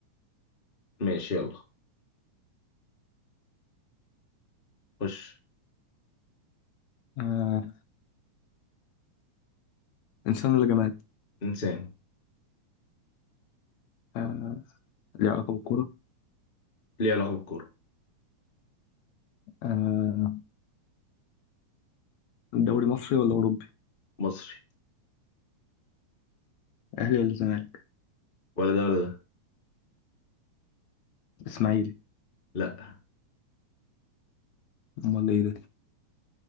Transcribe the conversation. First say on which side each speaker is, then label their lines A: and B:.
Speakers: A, on the left; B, on the left.
A: ماشي يلا خش
B: آه إنسان ولا جماد؟
A: انسان
B: آه ليه علاقة بالكورة؟
A: ليه علاقه بالكوره
B: آه دوري مصري ولا أوروبي؟
A: مصري
B: أهلي ولا زمالك؟
A: ولا ده ولا ده
B: إسماعيلي
A: لا
B: أمال إيه ده؟